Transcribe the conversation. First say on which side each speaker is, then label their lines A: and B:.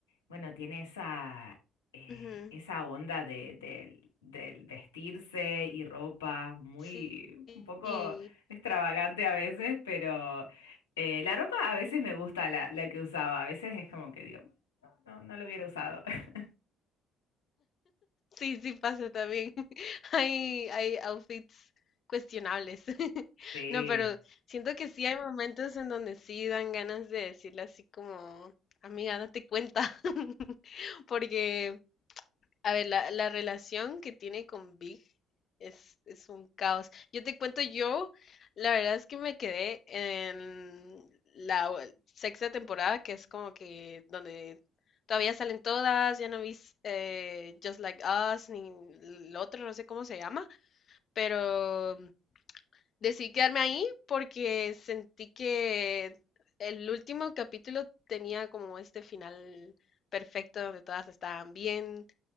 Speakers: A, on the left; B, on the left.
A: bueno, tiene esa, eh,
B: Ujú,
A: esa onda de, del del vestirse y ropa, muy,
B: Sí.
A: un poco extravagante a veces, pero eh, la ropa a veces me gusta la, la que usaba, a veces es como que digo, no, no, no lo hubiera usado. <laughs>
B: Sí, sí pasa también. <laughs> Hay, hay outfits cuestionables. <laughs>
A: Sí.
B: No, pero siento que sí hay momentos en donde sí dan ganas de decirle así como, amiga, date cuenta. <laughs> Porque a ver, la, la relación que tiene con Big es, es un caos. Yo te cuento, yo, la verdad es que me quedé en la o- sexta temporada, que es como que donde todavía salen todas, ya no vi eh, Just Like Us, ni el otro, no sé cómo se llama, pero decidí quedarme ahí porque sentí que el último capítulo tenía como este final perfecto donde todas estaban bien